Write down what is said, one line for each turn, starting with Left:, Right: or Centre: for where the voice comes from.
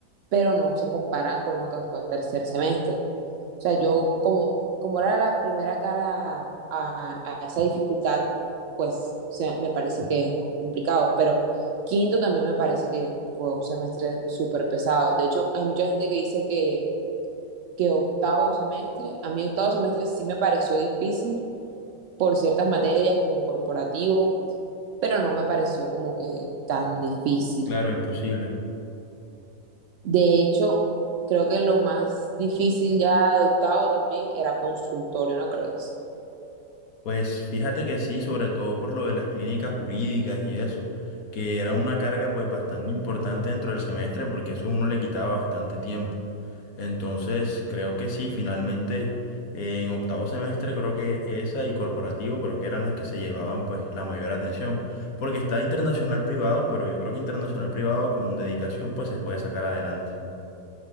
Right: pero no se compara con lo que fue tercer semestre. O sea, yo como, como era la primera cara a, a esa dificultad, pues se- me parece que es más complicado, pero quinto también me parece que fue un semestre súper pesado. De hecho, hay mucha gente que dice que, que octavo semestre, a mí octavo semestre sí me pareció difícil por ciertas materias como corporativo, pero no me pareció como que tan difícil.
Left: Claro, imposible.
Right: De hecho, creo que lo más difícil ya de octavo también era consultorio, ¿no crees?
Left: Pues fíjate que sí, sobre todo por lo de las clínicas jurídicas y eso, que era una carga, pues, bastante importante dentro del semestre, porque eso uno le quitaba bastante tiempo. Entonces, creo que sí, finalmente eh, en octavo semestre creo que esa y corporativo creo que eran las que se llevaban pues la mayor atención, porque está internacional privado, pero yo creo que internacional privado con dedicación pues se puede sacar adelante.